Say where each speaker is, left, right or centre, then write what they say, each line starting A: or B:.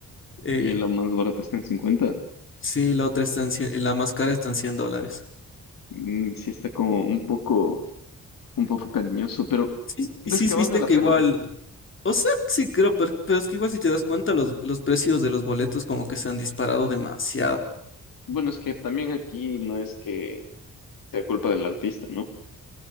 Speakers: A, on the left; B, on the left.
A: Eh,
B: Y la más barata está en cincuenta
A: sí, la otra está en 100, y la más cara está en cien dólares.
B: Mm, Sí está como un poco, un poco cariñoso, pero
A: Sí,
B: ¿crees
A: y sí,
B: que valga
A: viste
B: la
A: que
B: pena?
A: igual. O sea, sí, creo, per- pero, es que igual si te das cuenta, los, los precios de los boletos como que se han disparado demasiado.
B: Bueno, es que también aquí no es que sea culpa del artista, ¿no?